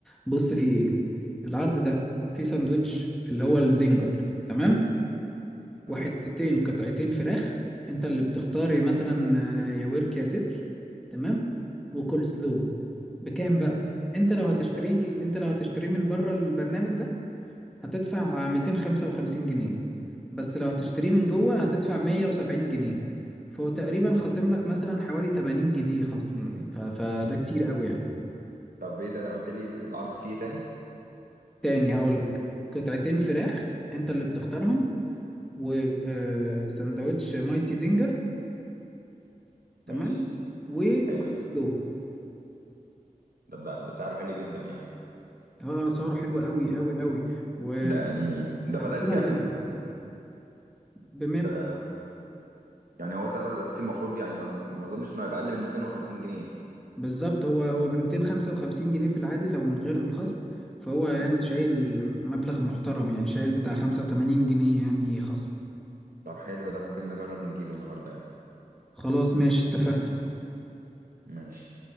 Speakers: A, in the centre; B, on the right.
A: بص فيه ايه العرض ده فيه ساندوتش اللي هو الزنجر تمام
B: تمام
A: وحتتين قطعتين فراخ انت اللي بتختار مثلا آه، يا ورك يا صدر تمام وكول سلو بكام
B: حلو
A: بقى
B: ده
A: انت لو هتشتريه
B: جامد.
A: انت لو هتشتريه من بره البرنامج ده هتدفع 255 جنيه بس لو هتشتريه من جوه هتدفع 170 جنيه فهو تقريبا خاصم لك مثلا حوالي 80 جنيه خصم ف... فده كتير قوي يعني
B: طب ايه ده ده قلت لي العرض فيه ايه تاني
A: تاني هقولك قطعتين فراخ انت اللي بتختارهم وسندوتش مايتي زنجر تمام
B: ماشي
A: وكولسلو
B: حلو ده ده ده ده سعره حلو جدا يعني
A: اه اسعاره حلوة قوي قوي قوي وهتكلها
B: ده يعني ده بدل كام
A: وتشبع يعني ب
B: ده يعني هو سعره الاساسي المفروض يعني ما ظ- ما اظنش انه هيبقى اقل من 250 جنيه
A: بالظبط هو هو ب 255 جنيه في العادي لو من غير الخصم فهو يعني
B: مم.
A: شايل مبلغ محترم يعني شايل بتاع 85 جنيه يعني خصم
B: طب حلو ده ممكن نجرب نجيبه النهارده يعني
A: خلاص ماشي اتفقنا
B: ماشي